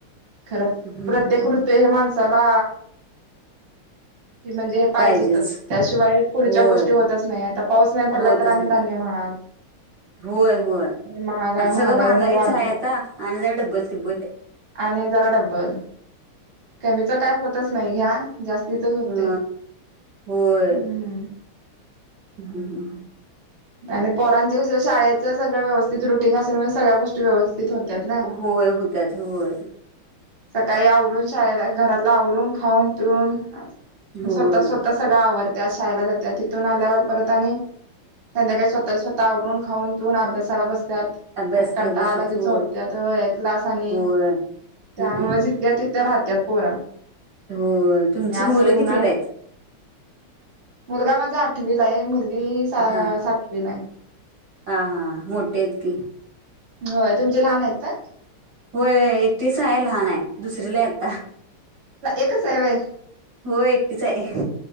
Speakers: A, on the right; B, on the right.
A: खरं
B: हम्म.
A: प्रत्येक ऋतू हे माणसाला ती म्हणजे पाहिजेतच
B: पाहिजेच.
A: त्याशिवाय पुढच्या
B: होय.
A: गोष्टी होतंच नाही आता पाऊस नाही पडला
B: होतच
A: तर आणि
B: नाही.
A: धान्य महाग
B: होय होय
A: महागा
B: आता सगळं
A: महागाईने
B: महागाईच
A: वाढते
B: आहे, आता आणि जर डब्बल तिब्बल
A: आणि जरा डब्बल कमीच काय होतंच नाही घ्या जास्तीचच होतंय
B: हा होय
A: हम्म
B: हम्म हम्
A: आणि पोरांचे कसं शाळेचं सगळं व्यवस्थित रुटींग असेल, सगळ्या गोष्टी व्यवस्थित होत्यात ना
B: होय होत्यात होय
A: सकाळी आवरून शाळला घरातलं आवरून खाऊन पिऊन
B: होय.
A: स्वतः स्वतः सगळं आवरत्या शाळेला जात्यातिथून आल्यावर परत आणि संध्याकाळी स्वतः स्वतः आवरून खाऊन पिऊन अभ्यासाला बस त्यात
B: अभ्यास
A: अन कंटाळा
B: करत बसत्यात.
A: आला की झोपत्यात
B: होय.
A: व्हय क्लास आणि
B: होय.
A: त्यामुळं
B: हम्म.
A: जिथल्या तिथं राहत्यात पोरं
B: होय. तुमची
A: आणि
B: मुलं
A: असं उनाड
B: कितवीला आहेत?
A: मुलगा माझा आठवीला हाय, मुलगी सातवीला
B: हा.
A: हाय.
B: हा हा मोठे आहेत की
A: होय, तुमचे लहान आहेत काय?
B: होय एकटीच आहे लहान आहे दुसरीला हाय आता
A: एकच हाय व्हयं
B: हो एकटीच आहे